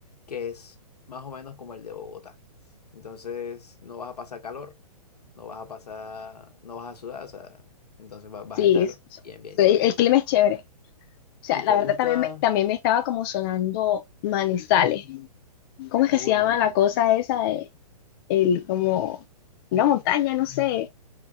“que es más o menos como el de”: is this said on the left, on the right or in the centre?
Left